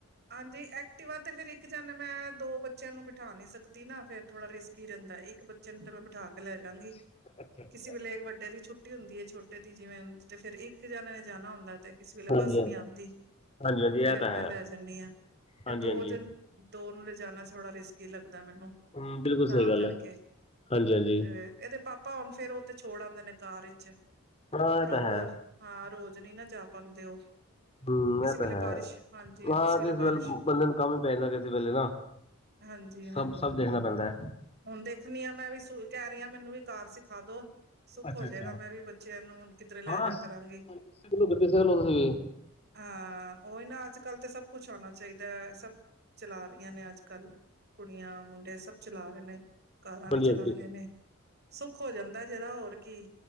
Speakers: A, on the right (about 45°); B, on the left (about 25°).
A: ਹਾਂਜੀ ਐਕਟਿਵਾ ਤੇ ਫੇਰ ਇਕ ਜਾਨੇ ਮੈਂ ਦੋ ਬੱਚਿਆਂ ਨੂੰ ਬਿਠਾ ਨੀ ਸਕਦੀ ਨਾ ਫੇਰ ਥੋੜਾ ਰਿਸਕ ਗਿਰਨ ਦਾ ਇਕ ਬੱਚੇ ਨੂੰ ਤਾਂ ਮੈ ਬਿਠਾ ਕੇ ਲੈ ਜਾਗੀ
B: <unintelligible>
A: ਕਿਸੇ ਵੇਲੇ ਵਡੇ ਦੀ ਛੁਟੀ ਹੁਦੀ ਹੈ, ਛੋਟੇ ਦੀ ਜਿਵੇ ਤੇ ਫਿਰ ਇਕ ਜਾਣੇ ਨੇ ਜਾਣਾ ਹੁਦਾ ਤੇ ਕਿਸੇ ਵੇਲੇ
B: ਹਾਂਜੀ
A: ਬੱਸ ਨੀ
B: ਹਾਂਜੀ
A: ਆਉਦੀ
B: ਹਾਂਜੀ ਹਾਂਜੀ
A: ਤੇ ਫੇਰ
B: ਇਹ ਤਾਂ
A: ਮੈ
B: ਹੈ
A: ਲੈ ਜਾਨੀ ਹਾਂ ਤੇ
B: ਹਾਂਜੀ
A: ਦੋ
B: ਹਾਂਜੀ
A: ਜਨ ਦੋ ਨੂੰ ਲਿਜਾਣਾ ਥੋੜਾ ਰਿਸਕ ਹੀ ਲੱਗਦਾ ਮੈਨੂੰ
B: ਹੂੰ ਬਿਲਕੁਲ
A: ਤਾਂ
B: ਸਹੀ ਗੱਲ
A: ਕਰਕੇ
B: ਹੈ ਹਾਂਜੀ ਹਾਂਜੀ
A: ਤੇ ਇਹਦੇ ਪਾਪਾ ਭਾ ਹੁਣ ਫੇਰ ਉਹ ਤੇ ਛੋੜ ਆਉਦੇ ਨੇ ਕਾਰ ਵਿਚ
B: ਹਾਂ
A: ਪਰ
B: ਇਹ
A: ਉਹ
B: ਤਾਂ
A: ਰੋਜ਼
B: ਹੈ
A: ਹਾਂ ਰੋਜ਼ ਨਹੀ ਨਾ ਜਾ ਪਾਉਦੇ ਉਹ
B: ਹੂੰ
A: ਕਿਸੇ
B: ਇਹ
A: ਵੇਲੇ
B: ਤਾਂ ਹੈ,
A: ਬਾਰਿਸ਼ ਹਾਂਜੀ
B: ਹਾਂ ਕਿਸੇ
A: ਬਾਰਿਸ਼
B: ਵੇਲੇ ਬੰਦੇ ਨੂੰ ਕਮ ਹੀ ਪੈ ਜਾਦਾ ਕਿਸੇ ਵੇਲੇ ਨਾ
A: ਹਾਂਜੀ ਹਾਂਜੀ
B: ਸਭ ਸਭ ਦੇਖਣਾ ਪੈਂਦਾ ਹੈ।
A: ਹੁਣ ਦੇਖਣੀ ਆ, ਮੈ ਵੀ ਸੁ ਕਹਿ ਰਹੀ ਹਾਂ ਮੈਨੂੰ ਵੀ ਕਾਰ ਸਿਖਾ ਦੋ ਸੁੱਖ
B: ਅੱਛਾ
A: ਹੋ
B: ਅੱਛਾ
A: ਜਾਏਗਾ, ਮੈ ਵੀ ਬੱਚਿਆਂ ਨੂੰ ਕਿਧਰੇ ਲੈ
B: ਹਾਂ
A: ਜਾ
B: ਸਿੱਖ
A: ਕਰਾਗੇ
B: ਲੋ ਗੱਡੀ ਸਿੱਖ ਲੋ ਤੁਸੀਂ ਵੀ
A: ਹਾਂ ਉਹੀ ਨਾ ਅਜ-ਕਲ ਤਾਂ ਸਭ ਕੁਛ ਹੋਣਾ ਚਾਹੀਦਾ ਸਭ ਚਲਾ ਰਹੀਆਂ ਨੇ, ਅੱਜ-ਕੱਲ੍ਹ ਕੁੜੀਆਂ ਮੁੰਡੇ ਸਭ ਚਲਾ ਰਹੇ ਨੇ ਕਾਰਾ ਵੀ
B: ਹਾਂਜੀ
A: ਚਲਾ
B: ਹਾਂਜੀ
A: ਰਹੇ ਨੇ ਸੁੱਖ ਹੋ ਜਾਦਾ, ਹੋਰ ਕੀ